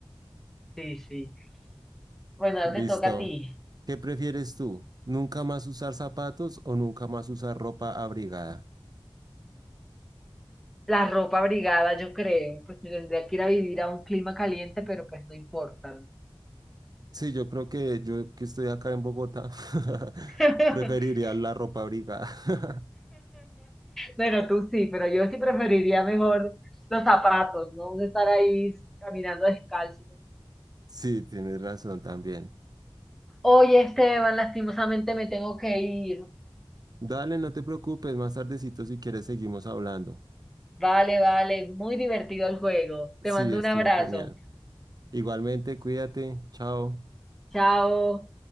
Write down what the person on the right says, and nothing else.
Listo.
¿Qué prefieres tú? ¿Nunca más usar zapatos o nunca más usar ropa abrigada?
Sí, yo creo que yo que estoy acá en Bogotá <laughs>
preferiría la ropa abrigada. <laughs>
Sí, tienes razón también.
Dale, no te preocupes, más tardecito si quieres seguimos hablando.
Sí,
estuvo
genial. Igualmente, cuídate. Chao.